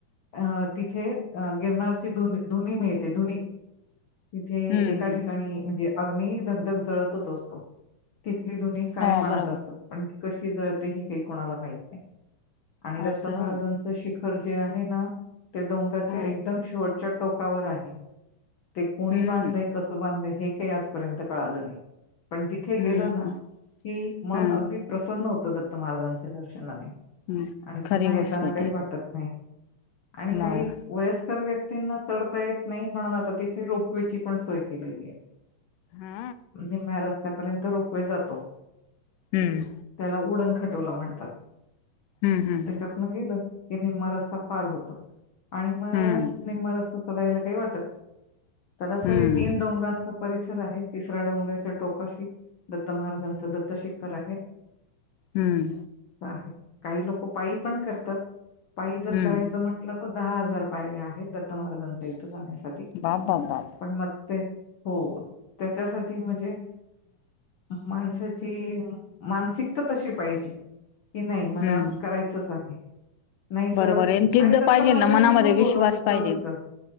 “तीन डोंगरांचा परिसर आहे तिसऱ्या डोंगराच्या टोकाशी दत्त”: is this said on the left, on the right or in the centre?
Left